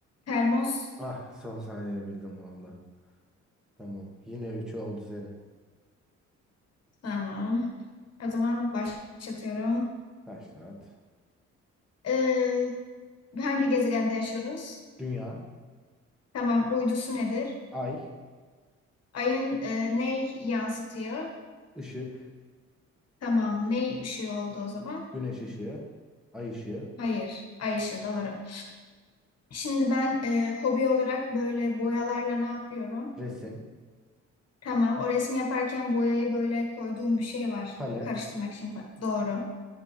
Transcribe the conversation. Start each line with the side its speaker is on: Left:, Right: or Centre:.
Left: termos.
Centre: Ah son saniye bildim valla. Tamam yine 3 oldu senin.
Left: Tamam. O zaman başlatıyorum.
Centre: Başlat.
Left: Ee, hangi gezegende yaşıyoruz?
Centre: Dünya,
Left: Tamam, uydusu nedir?
Centre: ay,
Left: Ayın e, ney yansıtıyor?
Centre: ışık,
Left: Tamam, ney ışığı oldu o zaman?
Centre: güneş ışığı, ay ışığı,
Left: Hayır, ay ışığı doğru. Şimdi ben e, hobi olarak böyle boyalarla ne yapıyorum?
Centre: resim,
Left: Tamam, o resmi yaparken boyayı böyle koyduğum bir şey var.
Centre: palet,
Left: Karıştırmak için falan. Doğru.